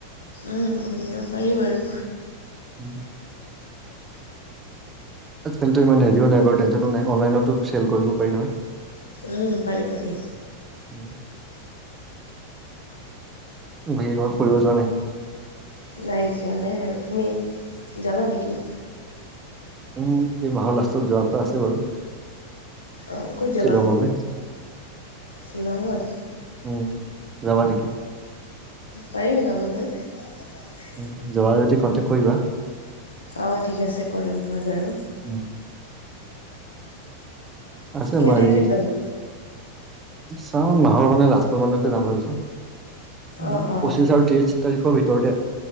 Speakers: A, on the left; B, on the right.
A: উম, খুলিব পাৰি বাৰু।
B: উম। আজিকালিতো ইমান হেৰিও নাই বাৰু টেনচন নাই, অনলাইনতো চেল কৰিব পাৰি নহয়।
A: উম, পাৰি পাৰি।
B: উম। ঘূৰিব ফুৰিব যোৱা নাই?
A: নাই যোৱা নাই বাৰু। তুমি যাবা নেকি?
B: উম, এই মাহৰ লাষ্টত যোৱাৰপৰা আছে বাৰু।
A: অ' ক'ত যাবা?
B: শ্বিলঙলৈ
A: শ্বিলঙত?
B: উম, যাবা নেকি?
A: পাৰিম যাবলৈ। <unintelligible>
B: উম, যোৱা যদি কণ্টেকট কৰিবা।
A: অ' ঠিক আছে কৰিম মই বাৰু।
B: উম, আছে
A: কেই
B: মাৰ
A: তাৰিখে যাবা
B: চাওঁ মাহৰ মানে লাষ্টৰ মানতে যাম ভাবিছোঁ। পঁচিশ
A: অ অ
B: আৰু ত্ৰিশ তাৰিখৰ ভিতৰতে আৰু।